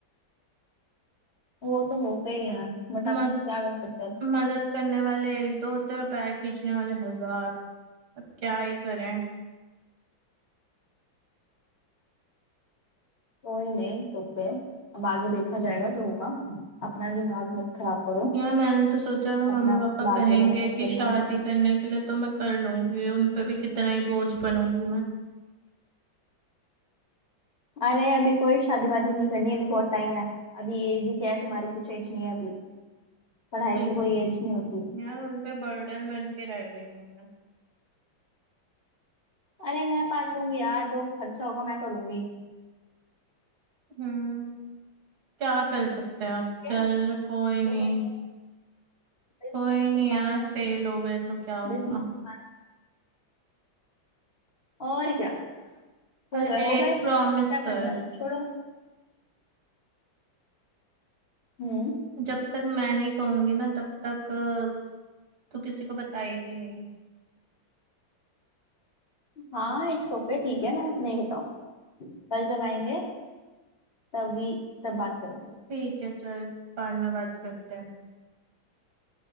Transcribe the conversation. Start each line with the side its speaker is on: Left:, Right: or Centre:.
Left: वो तो होते ही हैं बट
Right: मद
Left: अब क्या कर सकते हैं
Right: मदद करने वाले एक दो होते हैं और पैर खींचने वाले हजार अब क्या ही करें
Left: कोई नहीं ओके अब आगे देखा जाएगा जो होगा अपना दिमाग मत खराब करो
Right: यार मैंने तो सोचा अगर मम्मी
Left: अपना
Right: पापा
Left: बैग
Right: कहेंगे
Left: वगैरह पैक
Right: कि
Left: कर
Right: शादी
Left: लेना
Right: करने के लिए तो मैं कर लूंगी उन पे भी कितना ही बोझ बनूंगी मैं
Left: अरे अभी कोई शादी वादी नहीं करनी है अभी बहुत टाइम है अभी एज ही क्या है तुम्हारी कुछ एज नहीं है अभी पढ़ाई
Right: ए,
Left: की कोई एज नहीं होती
Right: यार उन पे बर्डन बन के रह रही हूँ मैं
Left: अरे मैं पाल लूंगी यार जो खर्चा होगा मैं करूंगी ठीक
Right: हम्म क्या कर सकते हैं अब
Left: है
Right: चल कोई
Left: जो
Right: नहीं
Left: करना हो बिजनेस
Right: कोई नहीं
Left: खुलवाना
Right: यार
Left: है
Right: फेल हो गए तो क्या हुआ
Left: बिजनेस खुलवाना है और क्या
Right: पर
Left: हो गए हो
Right: एक
Left: गए क्या
Right: प्रॉमिस
Left: करना
Right: कर
Left: है अब छोड़ो हम्म
Right: जब तक मैं नहीं कहूंगी ना तब तक अ, तू किसी को बताएगी नहीं
Left: हाँ इट्स ओके ठीक है मैं नहीं बताऊँ कल जब आएंगे तभी तब बात करेंगे
Right: ठीक है चल बाद में बात करते हैं